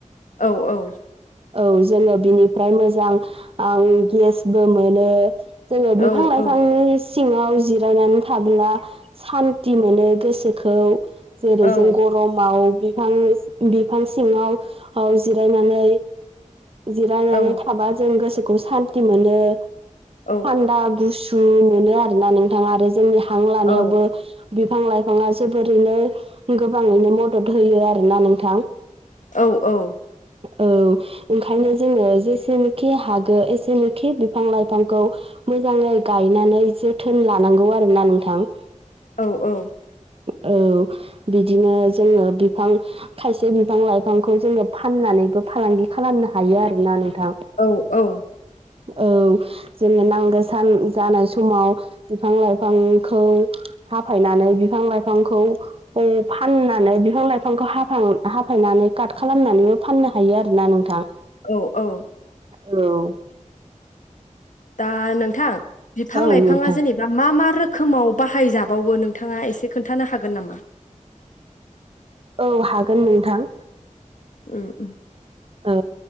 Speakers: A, on the left (about 70°); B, on the right (about 45°).
A: औ औ।
B: औ जोङो बिनिफ्राय मोजां आं गेसबो मोनो। जोङो
A: औ
B: बिफां लाइफांनि
A: औ
B: सिङाव जिरायनानै थाब्ला सानन्ति मोनो गोसोखौ। जेरै
A: औ
B: जों गरमाव बिफां बिफां सिङाव औ जिरायनानै जिरायनानै
A: औ
B: थाबा जों गोसोखौ स मोनो
A: औ
B: थान्दा गुसु मोनो आरोोना नोंथाङा आरो जोंनि हां लानायावबो
A: औ
B: बिफां लाइफाङा जोबोरैनो गोबाङैनो मदद होयो आरोना नोंथां।
A: औ औ।
B: औ ओंखायनो जोङो जेसेनोखि हागो एसेनोखि बिफां लाइफांखौ मोजाङै गायनानै जोथोन लानांगौ आरोना नोंथां।
A: औ औ।
B: औ बिदिनो जोङो बिफां खायसे बिफां लाइफांखौ जोङो फाननानैबो फालांगि खालामनो हायो आरोना नोंथां।
A: औ औ।
B: औ जोङो नांग गोसान जानाय समाव बिफां लाइफांखौ हाफायनानै बिफां लाइफांखौ फाननानै बिफां लाइफांखौ हाफां-हाफायनानै काट खालामनानै फाननो हायो आरोना नोंथां
A: औ औ
B: औ
A: दा नोंथां बिफां
B: औ
A: लाइफाङा
B: नोंथां
A: जेनेबा दा मा मा रोखोमाव बाहायजाबावो नोंथाङा एसे खोन्थानो हागोन नामा
B: औ हागोन नोंथां
A: <inaudible>
B: औ